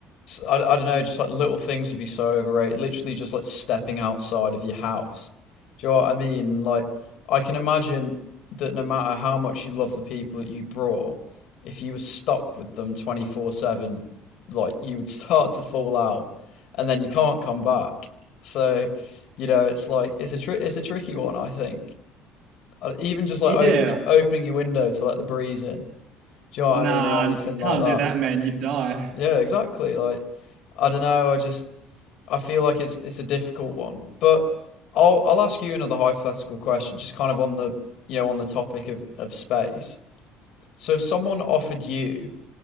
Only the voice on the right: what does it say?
Yeah.
Nah,
can't
do that, man. You'd die.